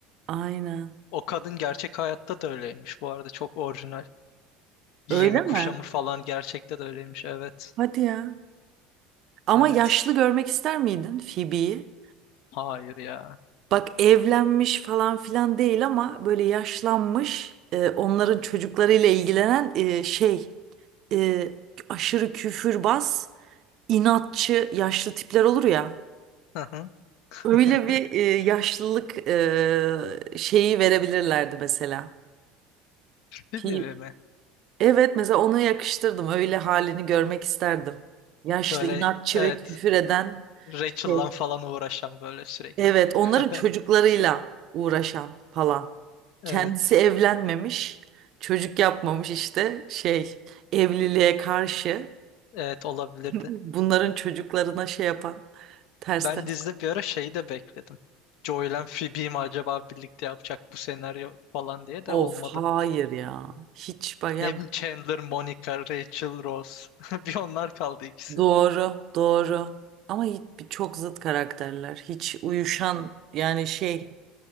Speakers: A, on the right; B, on the left.
A: Aynen.
B: O kadın gerçek hayatta da öyleymiş bu arada. Çok orijinal. Giyimi
A: Öyle
B: kuşamı
A: mi?
B: falan gerçekte de öyleymiş. Evet.
A: Hadi ya. Ama
B: Evet.
A: yaşlı görmek ister miydin Phoebe'yi?
B: Hayır ya.
A: Bak evlenmiş falan filan değil ama böyle yaşlanmış e, onların çocuklarıyla ilgilenen e, şey e, aşırı küfürbaz, inatçı yaşlı tipler olur ya.
B: Hı hı. <laughs>
A: Öyle bir e, yaşlılık e, şeyi verebilirlerdi mesela.
B: Phoebe
A: Ki,
B: mi?
A: evet mesela onu yakıştırdım. Öyle halini görmek isterdim. Yaşlı,
B: Böyle
A: inatçı
B: evet
A: ve küfür eden
B: Rachel'la
A: şey.
B: falan uğraşan böyle sürekli.
A: Evet, onların
B: <laughs>
A: çocuklarıyla uğraşan falan.
B: Evet.
A: Kendisi evlenmemiş, çocuk yapmamış işte şey, evliliğe karşı
B: Evet olabilirdi.
A: <laughs> bunların çocuklarına şey yapan ters
B: Ben
A: ters
B: dizide bir ara şeyi de bekledim. Joey'le Phoebe'yi mi acaba birlikte yapacak bu senaryo falan diye
A: Of
B: de olmadı.
A: hayır ya. Hiç bak ya
B: Ne bileyim Chandler, Monica, Rachel, Rose. <laughs> Bir onlar kaldı ikisi.
A: doğru doğru. Ama hiç, çok zıt karakterler. Hiç uyuşan yani şey